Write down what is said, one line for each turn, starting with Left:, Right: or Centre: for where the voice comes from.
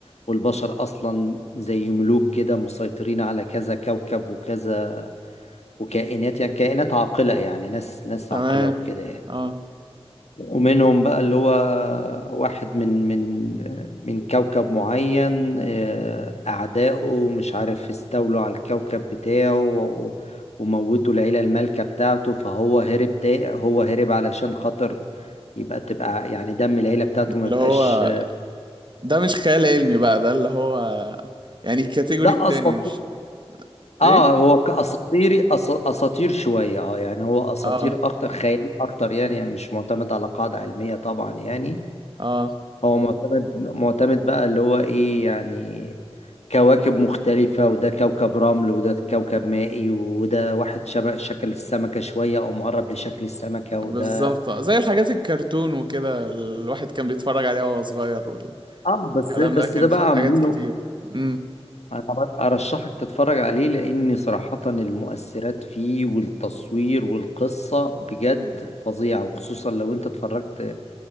Left: والبشر اصلا زي ملوك كده مسيطرين على كذا كوكب وكذا وكائنات يعني كائنات عاقلة يعني ناس ناس
Right: تمام
Left: عاقلة وكده يعني
Right: اه
Left: ومنهم بقى اللي هو واحد من من من كوكب معين آه، أعدائه مش عارف استولوا على الكوكب بتاعه و- وموتوا العيلة المالكة بتاعته فهو هرب تا هو هرب علشان خاطر يبقى تبقى يعني دم العيلة بتاعته ما
Right: اللي
Left: يبقاش
Right: هو ده مش خيال علمي بقى ده اللي هو يعني الكاتيجوري
Left: ده
Right: التاني
Left: أصلا
Right: مش ايه
Left: اه هو كاساطيري أس... اساطير شويه اه يعني هو اساطير
Right: اه
Left: اكتر خيال اكتر يعني يعني مش معتمد على قاعده علميه طبعا يعني
Right: اه
Left: هو معتمد معتمد بقى اللي هو ايه يعني كواكب مختلفه وده كوكب رمل وده كوكب مائي وده واحد شبه شكل السمكه شويه او مقرب لشكل السمكه وده
Right: بالظبط آه. زي الحاجات الكرتون وكده الواحد كان بيتفرج عليها وهو صغير
Left: اه
Right: والكلام
Left: بس بس
Right: ده كان
Left: ده بقى
Right: فيه حاجات
Left: عاملينه
Right: كتير امم
Left: انا ارشحك تتفرج عليه لان صراحة المؤثرات فيه والتصوير والقصة بجد فظيعة وخصوصا لو انت اتفرجت